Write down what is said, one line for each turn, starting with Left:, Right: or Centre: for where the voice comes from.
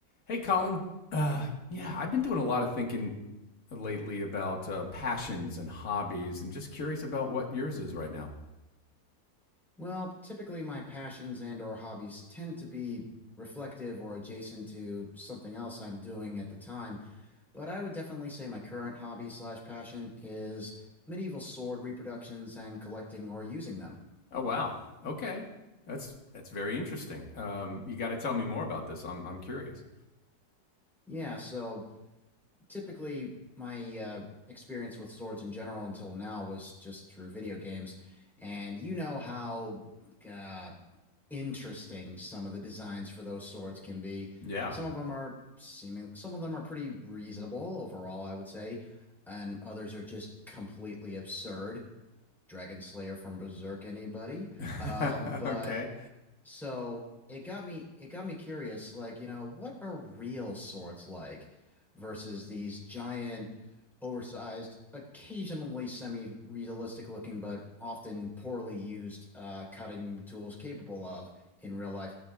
Left: Hey, Colin. Uh, yeah, I've been doing a lot of thinking lately about uh, passions and hobbies, and just curious about what yours is right now.
Centre: Well, typically my passions and or hobbies tend to be reflective or adjacent to something else I'm doing at the time, but I would definitely say my current hobby slash passion is medieval sword reproductions and collecting or using them.
Left: Oh, wow. Okay, that's that's very interesting. Um, you got to tell me more about this. I'm I'm curious.
Centre: Yeah, so typically my uh, experience with swords in general until now was just through video games, and you know how uh, interesting some of the designs for those swords can be.
Left: Yeah.
Centre: Some of them are seeming, some of them are pretty reasonable overall, I would say, and others are just completely absurd. Dragon Slayer from Berserk, anybody?
Left: <laughs>
Centre: Um, but
Left: okay.
Centre: so it got me it got me curious, like, you know, what are real swords like versus these giant, oversized, occasionally semi-realistic looking, but often poorly used uh, cutting tools capable of in real life.